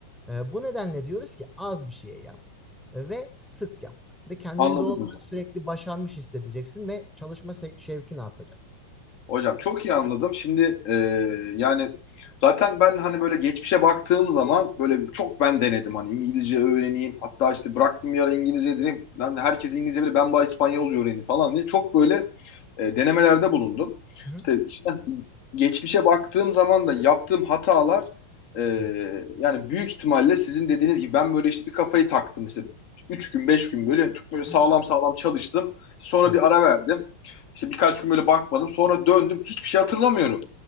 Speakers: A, in the centre; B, on the left (about 45°).
A: E, bu nedenle diyoruz ki az bir şeye yap ve sık yap ve kendini
B: Anladım
A: doğal olarak sürekli başarmış hissedeceksin ve çalışma se- şevkin artacak.
B: Hocam çok iyi anladım. Şimdi e, yani zaten ben hani böyle geçmişe baktığım zaman böyle çok ben denedim hani İngilizce öğreneyim. Hatta işte bıraktım bir ara İngilizce dedim. Lan herkes İngilizce bilir ben bari İspanyolca öğreneyim falan diye. Çok böyle e, denemelerde bulundum.
A: Hı hı.
B: İşte geçmişe baktığım zaman da yaptığım hatalar e,
A: Evet.
B: yani büyük ihtimalle sizin dediğiniz gibi ben böyle işte bir kafayı taktım işte 3 gün 5 gün böyle çok böyle sağlam
A: Hı.
B: sağlam çalıştım. Sonra
A: Evet.
B: bir ara verdim. İşte birkaç gün böyle bakmadım. Sonra döndüm. Hiçbir şey hatırlamıyorum.